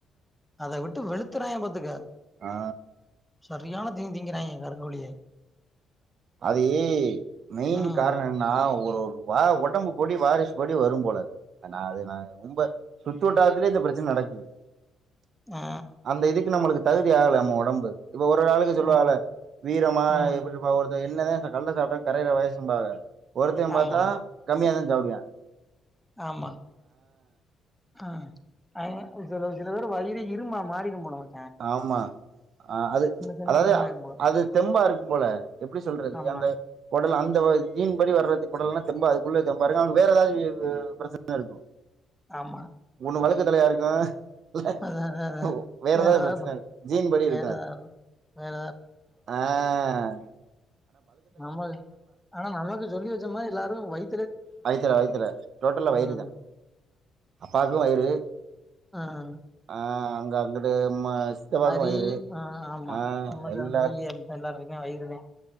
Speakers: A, in the centre; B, on the right.
A: அத விட்டு வெளுத்துறாய்ங்க பாத்துக்க
B: ஆ
A: சரியான தீனி திங்கிறாய்ங்க கருங்கோழிய
B: அது மெயின்
A: ம்.
B: காரணோ என்னன்னா ஒ ரு வா ஒடம்பு படி வாரிசு படி வரும் போல அது நா அது நா ரொம்ப சுத்து வட்டாரத்துலயே இந்த பிரச்சன நடக்குது
A: ஆ.
B: அந்த இதுக்கு நம்மளுக்கு தகுதி ஆகல நம்ம ஒடம்பு இப்ப ஒரு ஒரு ஆளுக்கு சொல்வாகல்லா
A: ம்.
B: வீரமா
A: ம்.
B: எப்பிடி இருப்பாக ஒரு ஆ இந்த கல்ல சாப்ட்டா கரையற வயசும்பாக ஒருத்த
A: ஆமா,
B: பாத்தா கம்மியாதா சாப்டுவா
A: ஆமா ஆ அவிங்க அது சில சில பேரு வயிரி இரும்பா மாறிரும் போலதா
B: ஆமா ஆ அது
A: தின்னு
B: அதாவது
A: இரும்பாயிரும் போல.
B: அது தெம்பா இருக்கும் போல எப்பிடி சொல்றது
A: ஆமா,
B: அந்த கொடல் அந்த ஒரு ஜீன்படி வர்றது கொடலல்லா தெம்பா அதுக்குள்ள தெம் பா இருக்கு அது வேற எதாச்சி அது பிரச்சனையா இருக்கு
A: ஆமா.
B: ஒண்ணு வழுக்க தலையா இரு க்கு
A: அதான் அதான் அதான்.
B: ஒ வேற எதாவ்து
A: ஏதாவது
B: பிரச்சன இருக் ஜீன் படி
A: வேற
B: இருக்கு
A: ஏதாவது
B: அது
A: வேற
B: ஆ ஆ
A: ஆமாவே ஆனா நமக்கு சொல்லி வச்ச மாரி எல்லாருக்கு வயி
B: வயித்துல வயித்துல டோட்டலா வயிறுதா
A: ம்.
B: அப்பாக்கு வயிறு
A: ம்.
B: ஆ உங்க அங்கிட்டு ம சித்தப்பாக்கு
A: ஹரி
B: வயிறு
A: ஆ ஆமா
B: ஆ
A: நம்ம
B: எல்லாரு
A: ஃபேமிலி இருக்க எல்லாத்துக்கு வயிறுதா